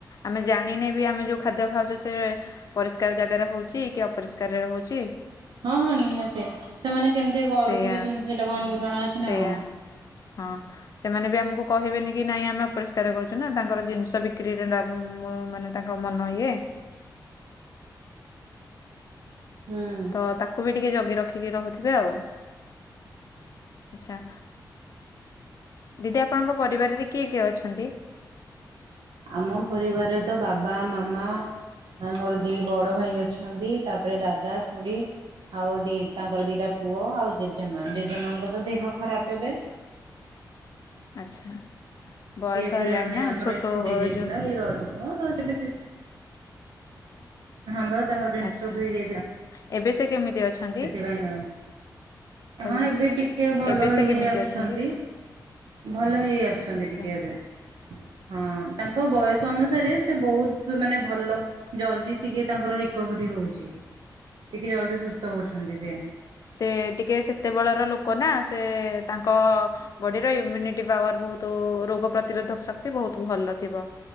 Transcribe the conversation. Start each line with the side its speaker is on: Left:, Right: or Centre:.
Left: ଆମେ ଜାଣିନେ ବି ଆମେ ଯୋଉ ଖାଦ୍ୟ ଖାଉଛେ ସେ ପରିଷ୍କାର ଜାଗାରେ ହଉଚି କି ଅପରିଷ୍କାରରେ ରହୁଚି
Right: ହଁ ହଁ ନିହାତି ସେମାନେ କେମିତି କରୁଥିବେ
Left: ସେଇଆ
Right: ସେମିତି ସେଇଟା କଣ ଆମକୁ ଜଣାଅଛି
Left: ସେଇଆ
Right: ନା କଣ
Left: ହଁ ସେମାନେ ବି ଆମକୁ କହିବେନି କି ନାଇଁ ଆମେ ଅପରିଷ୍କାର କରୁଚୁ ତାଙ୍କର ଜିନିଷ ବିକ୍ରିରେ ଲାଭ ଉ ମୁ ମାନେ ତାଙ୍କ ମନ ଇଏ ହ
Right: ହୁଁ।
Left: ତ ତାକୁ ବି ଟିକେ ଜଗି ରଖିକି ରହୁଥିବେ ଆଉ। ଆଚ୍ଛା। ଦିଦି ଆପଣଙ୍କ ପରିବାରରେ କିଏ କିଏ ଅଛନ୍ତି?
Right: ଆମ ପରିବାରରେ ତ ବାବା ମାମା ଆ ମୋର ଦି ବଡ ଭାଇ ଅଛନ୍ତି ତାପରେ ଦାଦା ଖୁଡି ଆଉ ଦି ତାଙ୍କର ଦିଟା ପୁଅ ଆଉ ଜେଜେମା ଜେଜେମାଙ୍କ ତ ଦେହ ଖରାପ ଏବେ
Left: ଆଚ୍ଛା। ବୟସ
Right: ସିଏ ଏବେ
Left: ହେଲାଣି
Right: ମାନେ
Left: ନା
Right: <unintelligible>
Left: ଛୋଟ
Right: ହେଇ ଯାଇଥିଲା
Left: ଯୋଉ
Right: ଏଇ ରଜକୁ ସେ ବି ହଁ, ବା ତାଙ୍କର ବ୍ରେନ୍
Left: ଆଚ୍ଛା
Right: ସ୍ଟ୍ରୋକ୍ ହେଇଯାଇଥିଲା
Left: ଏବେ ସେ କେମିତି ଅଛନ୍ତି?
Right: ସେଥିପାଇଁଙ୍କା
Left: କହିଲି
Right: ହଁ, ଏବେ ଟିକେ ଭଲ
Left: ଏବେ
Right: ହେଇ
Left: ସେ କେମିତି
Right: ହେଇ ଆସୁଛନ୍ତି।
Left: ଅଛନ୍ତି?
Right: ଭଲ ହେଇ ଆସୁଛନ୍ତି
Left: ଆଚ୍ଛା
Right: ଟିକେ ଏବେ, ହଁ। ହଁ, ତାଙ୍କ ବୟସ ଅନୁସାରେ ସେ ବହୁତ ମାନେ ଭଲ ଜଲଦି ଟିକେ ତାଙ୍କର ରିକଭରି ହଉଛି।
Left: ହଁ
Right: ଟିକେ ଜଲଦି ସୁସ୍ଥ ହଉଛନ୍ତି ସିଏ।
Left: ସେ ଟିକେ ସେତେବେଳର ଲୋକ ନା ସେ ତାଙ୍କ ବଡିର ଇମ୍ୟୁନିଟି ପାୱାର ବହୁତ ରୋଗ ପ୍ରତିରୋଧକ ଶକ୍ତି ବହୁତ ଭଲ ଥିବ।